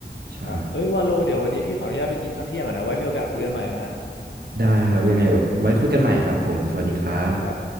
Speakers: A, on the right (about 60°); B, on the left (about 80°).
A: ใช่
B: ครับเอ้ยวาโลเดี๋ยววันนี้พี่ขออนุญาตไปกินข้าวเที่ยงก่อนนะไว้มีโอกาสคุยกันใหม่นะ
A: ได้ครับยังไงแบบไว้คุยกันใหม่ครับผมสวัสดีครับ
B: ครับ